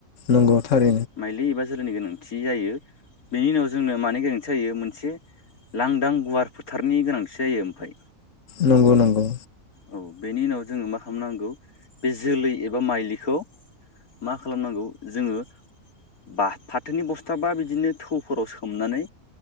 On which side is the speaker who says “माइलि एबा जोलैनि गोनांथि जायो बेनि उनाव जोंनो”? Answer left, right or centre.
Left